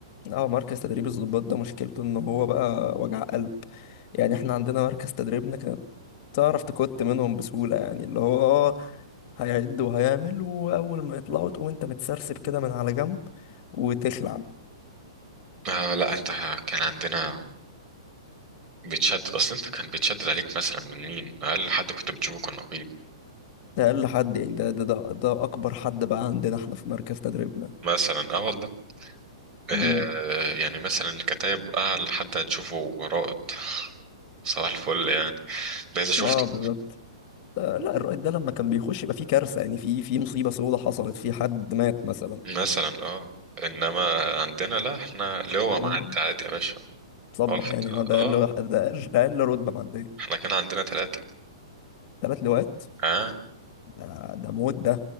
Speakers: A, on the left (about 40°); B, on the right (about 30°).
A: اه مركز تدريب الضباط ده مشكلته ان هو بقى وجع قلب يعني احنا عندنا مركز تدريبنا كانت تعرف تكت منهم بسهولة يعني اللي هو اه هيعد وهيعمل وأول ما يطلعوا تقوم أنت متسرسب كده من على جنب وتخلع
B: آه لا انت كان عندنا بتشدد اصل انت كان بيتشدد عليك مثلا من مين اقل حد كنت بتشوفه كان نقيب
A: ده أقل حد يعني ده ده ده, ده أكبر حد بقى عندنا احنا في مركز تدريبنا
B: مثلا اه والله آه
A: مم.
B: يعني مثلا كتايب اقل حد هتشوفه رائد صباح الفل يعني ده اذا شفته
A: اه بالظبط ده- لا الرائد ده لما كان بيخش يبقى في كارثة يعني في في مصيبة سودة حصلت في حد مات مثلا
B: مثلا اه انما عندنا لا احنا اللي هو
A: مم.
B: معدي عادي يا باشا
A: تصبح
B: اه في الت-
A: يعني اه ده
B: اه
A: أقل واحد- ده أقل أقل رتبة معدية
B: احنا كان عندنا ثلاثة
A: تلات لواءات
B: اه
A: ده ده موت ده